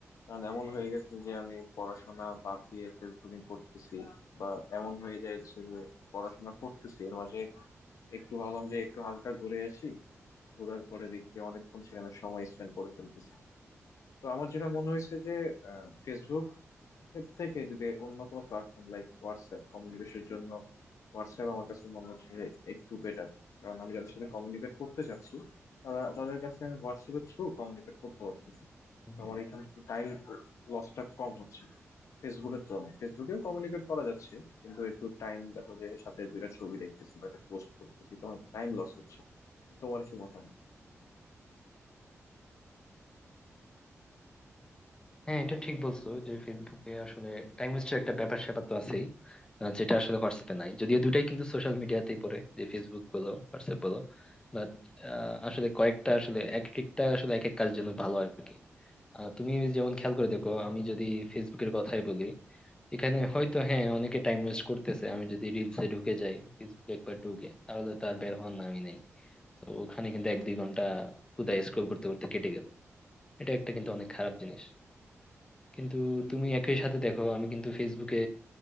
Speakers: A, on the left; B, on the left.
A: কারণ এমন হয়ে গেছে যে আমি পড়াশোনা বাদ দিয়ে ফেসবুকিং করতেছি বা এমন হয়ে যাচ্ছে যে পড়াশোনা করতেছি এর মাঝে একটু ভাবলাম যে একটু হালকা ঘুরে আসি ঘোরার পরে দেখি যে অনেকক্ষণ সেখানে সময় স্পেন্ড করে ফেলতেছি তো আমার যেটা মনে হয়েছে যে ফেসবুক ক্ষেত্র থেকে যদি অন্য কোনো প্ল্যাটফর্ম লাইক হোয়াটসঅ্যাপ কমিউনিকেশনের জন্য হোয়াটসঅ্যাপ আমার কাছে মনে হচ্ছে যে একটু বেটার কারণ আমি যাদের সাথে কমিউনিকেট করতে চাচ্ছি তারা তাদের কাছে আমি হোয়াটসঅ্যাপের থ্রু কমিউনিকেট করতে পারতেছি
B: হুম,
A: তো আমার এখানে একটু টাইম লসটা কম হচ্ছে ফেসবুকের তুলনায় ফেসবুকেও কমিউনিকেট করা যাচ্ছে কিন্তু একটু টাইম দেখো যে সাথে দুইটা ছবি দেখতেছি বা একটা পোস্ট করতেছি তোমার টাইম লস হচ্ছে তোমার কি মতামত
B: হ্যাঁ এটা ঠিক বলছো যে ফেসবুকে আসলে টাইম ওয়েস্টের একটা ব্যাপার স্যাপার তো আছেই আহ, যেটা আসলে হোয়াটসঅ্যাপে নাই যদিও দুটাই কিন্তু সোশ্যাল মিডিয়াতেই পড়ে যে ফেসবুক বলো হোয়াটসঅ্যাপ বলো বাট আসলে কয়েকটা আসলে এক একটা আসলে এক এক কাজ জন্য ভালো আর কি আহ, তুমি যেমন খেয়াল করে দেখো আমি যদি ফেসবুকের কথাই বলি এখানে হয়তো হ্যাঁ অনেকে টাইম ওয়েস্ট করতেছে আমি যদি রিলসে ঢুকে যাই ফেসবুকে একবার ঢুকে তাহলে তো আর বের হওয়ার নামই নেই তো ওখানে কিন্তু এক দুই ঘন্টা কোথায় স্ক্রোল করতে করতে কেটে গেল এটা একটা কিন্তু অনেক খারাপ জিনিস কিন্তু তুমি একই সাথে দেখো আমি কিন্তু ফেসবুকে